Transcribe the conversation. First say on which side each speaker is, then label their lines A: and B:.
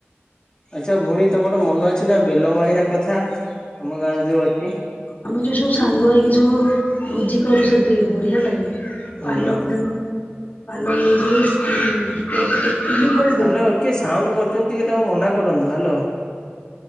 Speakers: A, on the left (about 25°); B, on the left (about 45°).
A: ଆଚ୍ଛା ଭଉଣୀ ତମର ମନ ଅଛି ନା ବେଲମାଳିଆ କଥା ଆମ ଗାଁରେ ଯୋଉ ଅଛି।
B: ଆମେ ଯୋଉ ସବୁ ସାଙ୍ଗ ହେଇକି ସବୁ ଭୋଜି କରୁ ସେଟି ବଢିଆ ଲାଗେ।
A: ହୁଁ
B: ପାଲ ପାଲ ନେଇଯିବେ <unintelligible> ଚୁଲି ଖୋଳି
A: ହ୍ୟାଲୋ
B: ଦଉ
A: କିଏ ସାଉଣ୍ଡ କରୁଛନ୍ତି ଟିକେ ତାଙ୍କୁ ମନା କରନ୍ତୁ ହ୍ୟାଲୋ।